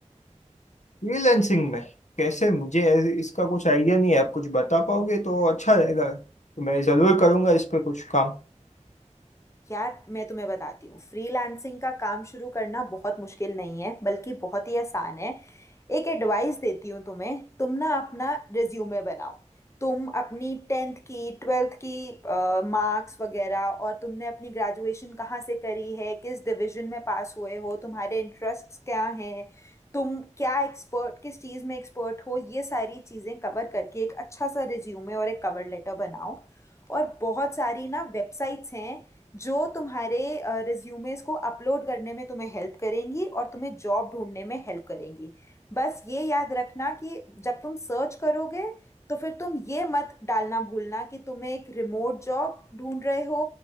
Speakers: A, on the left; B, on the left.
A: फ्रीलैंसिंग में कैसे मुझे ऐसे- इसका कुछ आइडिया नहीं है आप कुछ बता पाओगे तो अच्छा रहेगा तो मैं जरूर करूंगा इस पे कुछ काम
B: यार मैं तुम्हें बताती हूँ फ्रीलांसिंग का काम शुरू करना बहुत मुश्किल नहीं है बल्कि बहुत ही आसान है एक एडवाइस देती हूँ तुम्हें तुम ना अपना रिज्यूमे बनाओ तुम अपनी टेंथ की ट्वेल्थ की मार्क्स वगैरह और तुमने अपनी ग्रेजुएशन कहाँ से करी है किस डिवीजन में पास हुए हो तुम्हारे इंटरेस्ट्स क्या हैं तुम क्या एक्सपर्ट किस चीज़ में एक्सपर्ट हो ये सारी चीज़ें कवर करके एक अच्छा सा रिज्यूमे और एक कवर लेटर बनाओ और बहुत सारी ना वेबसाइट्स हैं जो तुम्हारे रिज्यूमेस को अपलोड करने में तुम्हें हेल्प करेंगी और तुम्हें जॉब ढूंढने में हेल्प करेंगी बस ये याद रखना कि जब तुम सर्च करोगे तो फिर तुम ये मत डालना भूलना कि तुम्हें एक रिमोट जॉब ढूंढ रहे हो